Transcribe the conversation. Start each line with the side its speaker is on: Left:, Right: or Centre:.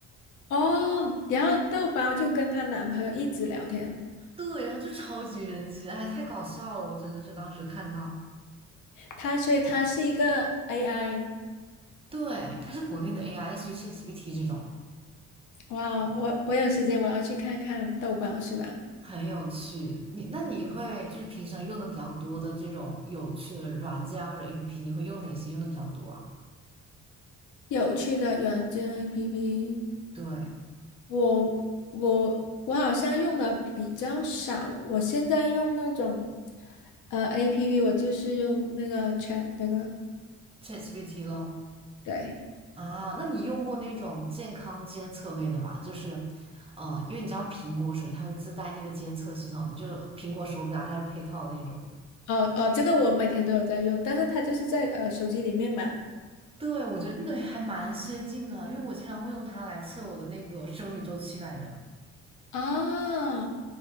Left: 哦，然后豆包就跟她男朋友一直聊天，
Right: 对，然后就超级人机，哎，太搞笑了，我真的是当时看到。
Left: 她所以她是一个 AI。
Right: 对，它是国内的 AI，类似于 ChatGPT 这种，
Left: 哇，我我有时间我要去看看豆包是吧？
Right: 很有趣。你那你会就是平常用的比较多的这种有趣的软件啊或者 APP，你会用哪些用的比较多啊？
Left: 有趣的软件 APP，
Right: 对
Left: 我我我好像用的比较少，我现在用那种呃 APP，我就是用那个 Chat 那个。
Right: ，ChatGPT 喽
Left: 对，
Right: 啊，那你用过那种健康监测类的吗？就是，呃，因为你知道苹果手机它会自带那个监测系统，你就苹果手表它是配套的那种。
Left: 哦哦，这个我每天都有在用，但是它就是在呃手机里面嘛。
Right: 对，我觉得这个还蛮先进的，因为我经常会用它来测我的那个生理周期来着。
Left: 哦，